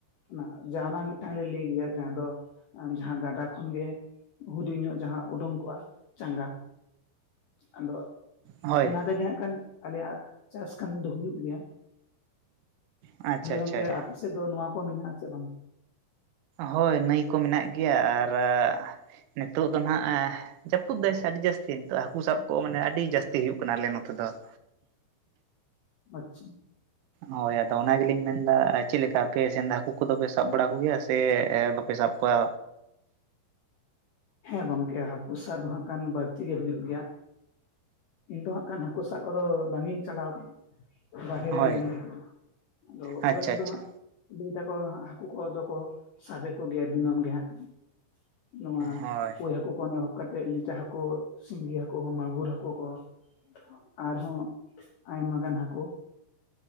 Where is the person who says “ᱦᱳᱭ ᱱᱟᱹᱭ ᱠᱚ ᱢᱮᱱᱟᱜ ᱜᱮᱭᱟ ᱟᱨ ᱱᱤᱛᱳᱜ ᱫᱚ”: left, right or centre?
Right